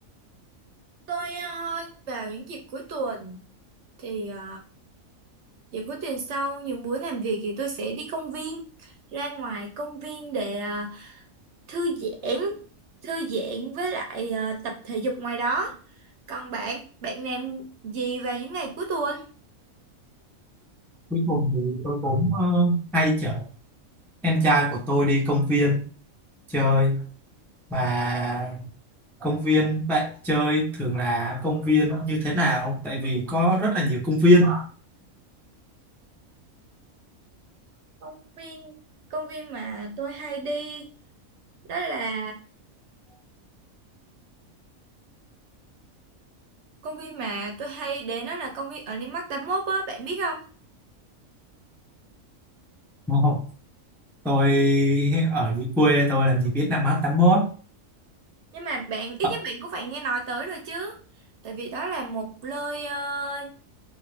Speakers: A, on the right (about 65°); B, in the centre.
A: tôi ờ, vào những dịp cuối tuần thì ờ, dịp cuối tuần sau những buổi làm việc thì tôi sẽ đi công viên, ra ngoài công viên để ờ, thư giãn, thư giãn với lại ờ, tập thể dục ngoài đó. Còn bạn, bạn làm gì vào những ngày cuối tuần?
B: Cuối tuần thì tôi cũng ờ, hay chở em trai của tôi đi công viên chơi mà công viên bạn chơi thường là công viên như thế nào? Tại vì có rất là nhiều công viên.
A: Công viên, công viên mà tôi hay đi đó là công viên mà tôi hay đến đó là công viên ở Landmark 81 á, bạn biết không?
B: <laughs> Ồ, Tôi ở dưới quê tôi làm gì biết năm mát tám mốt
A: nhưng mà bạn ít
B: Ờ,
A: nhất bạn cũng phải nghe nói tới rồi chứ tại vì đó là một nơi ờ,